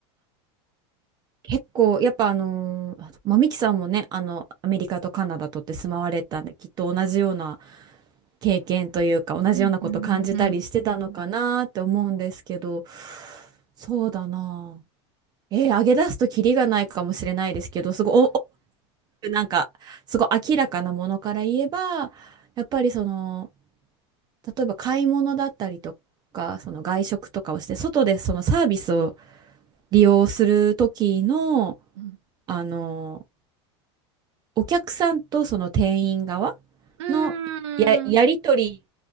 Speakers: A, on the right (about 25°); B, on the right (about 85°).
A: 結構、やっぱあのー、まあ、ミキさんもね、あの、アメリカとカナダとって住まわれたんで、きっと同じような経験というか、同じようなこと感じたりしてたのかなって思うんですけど、
B: うんうんうん
A: そうだなあ。えー、上げ出すとキリがないかもしれないですけど、すごい、お、おなんか、すごい明らかなものから言えば、やっぱりその、例えば買い物だったりとか、その外食とかをして、外でそのサービスを利用する時の、
B: うん。
A: あの、お客さんとその店員側
B: うーん。
A: のや、やり取り、
B: う